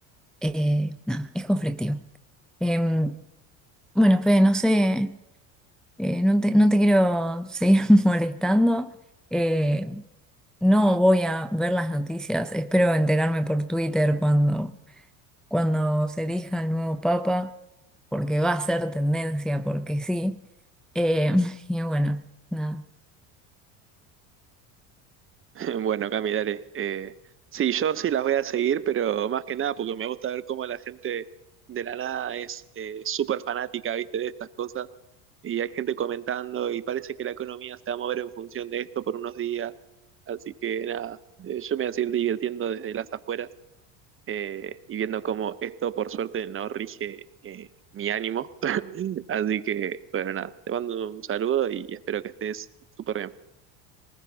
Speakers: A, in the centre; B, on the right (about 30°).
A: eh, nada, es conflictivo. Em, bueno, Fede, no sé. Eh, no te, no te quiero seguir <laughs> molestando. Eh, no voy a ver las noticias. Espero enterarme por Twitter cuando, cuando se elija el nuevo papa, porque va a ser tendencia, porque sí. Eh, <laughs> y bueno, nada.
B: <laughs> Bueno, Cami, dale. Eh, sí, yo sí las voy a seguir, pero más que nada porque me gusta ver cómo la gente de la nada es eh, súper fanática, ¿viste? De estas cosas. y hay gente comentando y parece que la economía se va a mover en función de esto por unos días. Así que nada, eh, yo me voy a seguir divirtiendo desde las afueras eh, y viendo cómo esto por suerte no rige eh, mi ánimo. <laughs> Así que bueno, nada, te mando un saludo y espero que estés súper bien.